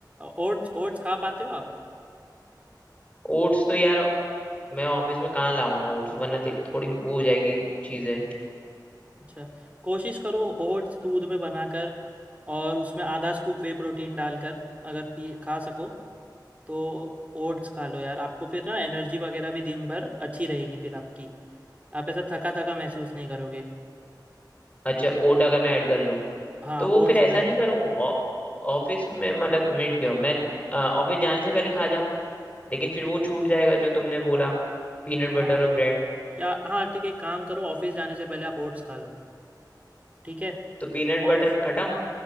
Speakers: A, on the right; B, on the left.
A: ओट्स ओट्स खा पाते हो आप
B: ओट्स तो यार मैं ऑफिस में कहाँ लाऊंगा ओट्स वरना ले- थोड़ी वो हो जाएगी चीजें
A: अच्छा कोशिश करो ओट्स दूध में बनाकर और उसमें आधा स्कूप वे प्रोटीन डालकर अगर पी खा सको तो ओट्स खा लो यार आपको फिर ना एनर्जी वगैरह भी दिन भर अच्छी रहेगी फिर आपकी आप ऐसा थका थका महसूस नहीं करोगे
B: अच्छा ओट अगर मैं ऐड कर लूँ
A: हाँ
B: तो वो
A: ओट्स
B: फिर ऐसा
A: अगर
B: नहीं करूं ऑ- ऑफिस में मतलब मिट गया हूं। मैं अ, ऑफिस जाने से पहले खा जाऊं लेकिन फिर वो छूट जाएगा जो तुमने बोला पीनट बटर
A: हाँ
B: और ब्रेड
A: या हाँ ठीक है एक काम करो ऑफिस जाने से पहले आप ओट्स खा लो ठीक है
B: तो पीनट बटर
A: और
B: हटाऊं